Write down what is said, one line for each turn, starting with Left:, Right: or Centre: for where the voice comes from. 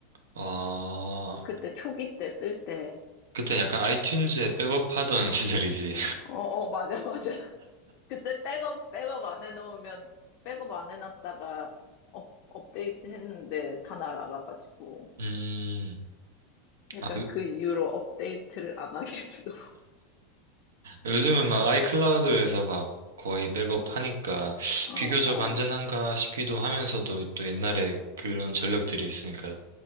Right: 아,
Left: 그때 초기 때 쓸 때.
Right: 그때 약간 아이튠즈에 백업하던 <laughs> 시절이지.
Left: 어, 어, 맞아, 맞아. <laughs> 그때 백업, 백업 안 해놓으면, 백업 안 해놨다가 업, 업데이트 했는데 다 날아가가지고.
Right: 음,
Left: 약간
Right: 아, 요-
Left: 그 이후로 업데이트를 안 하게 되더라.
Right: 요즘은 막 아이클라우드에서 막 거의 백업하니까
Left: <laughs>
Right: 비교적
Left: 어, 어,
Right: 안전한가 싶기도 하면서도 또 옛날에 그런 전력들이 있으니까